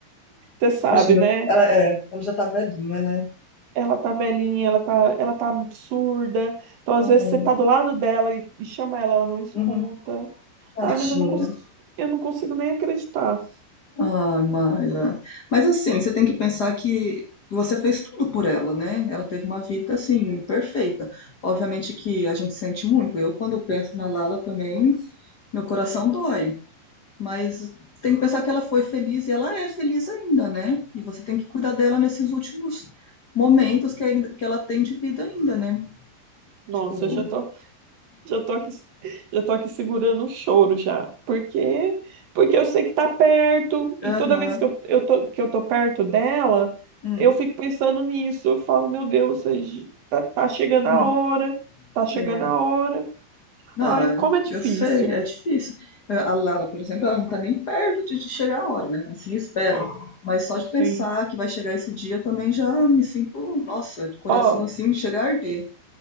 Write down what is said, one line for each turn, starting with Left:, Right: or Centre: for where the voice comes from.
Right: Você sabe,
Left: Imagina.
Right: né?
Left: Ela é, ela já tá velhinha, né?
Right: Ela tá velhinha, ela tá, ela tá surda. Então, às
Left: Hum.
Right: vezes, você tá do lado dela e, e chama ela, ela não escuta.
Left: uhum. Tadinho.
Right: Ai, mas eu não consigo, eu não consigo nem acreditar.
Left: Ah, Maila. Mas assim, você tem que pensar que você fez tudo por ela, né? Ela teve uma vida assim perfeita. Obviamente que a gente sente muito. Eu, quando eu penso na Lala também, meu coração dói. Mas tem que pensar que ela foi feliz e ela é feliz ainda, né? E você tem que cuidar dela nesses últimos momentos que, ainda, que ela tem de vida ainda, né?
Right: Nossa,
Left: Tipo,
Right: eu já tô, já tô aqui, já tô aqui segurando o choro já. Porque, porque eu sei que tá perto, e
Left: aham,
Right: toda vez que eu, eu tô, que eu tô perto dela,
Left: hum,
Right: eu fico pensando nisso. Eu falo, meu Deus, a gente- tá, tá chegando
Left: uhum,
Right: a hora, tá chegando
Left: é.
Right: a hora.
Left: Não,
Right: Ai,
Left: é-
Right: como é difícil.
Left: eu sei, é difícil. É, A Lala, por exemplo, ela não tá nem perto de de chegar a hora, né? Assim, espero. Mas só de pensar
Right: Sim.
Left: que vai chegar esse dia também já me sinto, nossa, de coração
Right: Ó,
Left: assim, chega a arder.